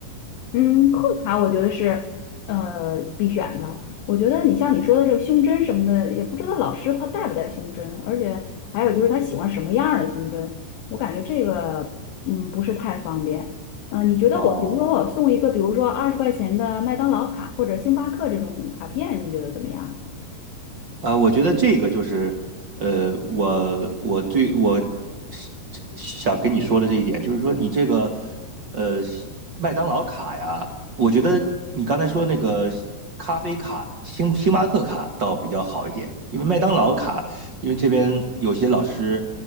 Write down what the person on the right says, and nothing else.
哦，
呃，我觉得这个就是，呃，我我对我是这想跟你说的这一点，就是说你这个，呃，麦当劳卡呀，我觉得你刚才说那个咖啡卡、星星巴克卡倒比较好一点，因为麦当劳卡，因为这边有些老师，